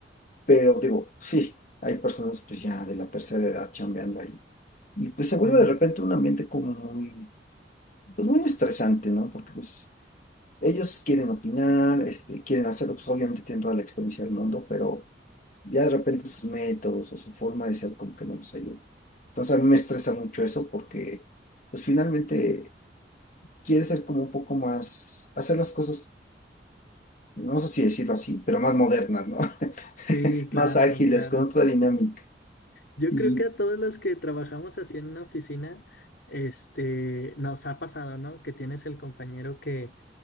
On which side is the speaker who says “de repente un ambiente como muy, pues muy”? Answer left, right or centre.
Left